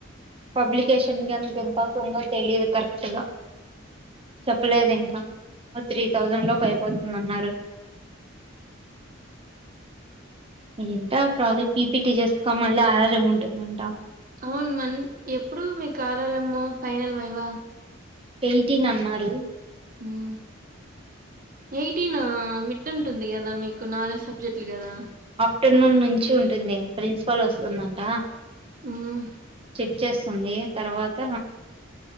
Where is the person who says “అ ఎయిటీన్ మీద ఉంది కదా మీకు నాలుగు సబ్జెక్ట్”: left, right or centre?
Right